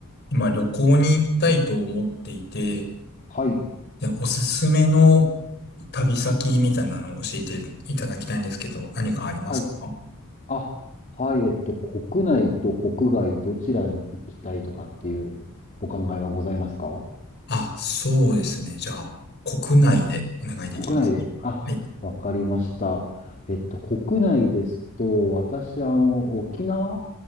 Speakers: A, on the left; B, on the left.
A: 今旅行に行きたいと思っていて、
B: はい、
A: で、おすすめの旅先みたいなのを教えていただきたいんですけど、何かありますか
B: はい。あ、はい、えっと、国内と国外どちらに行きたいとかっていうお考えはございますか
A: あ、そうですね。じゃあ、国内でお願いできますでしょうかはい。
B: 国内で。あ、わかりました。えっと、国内ですと、私、あの、沖縄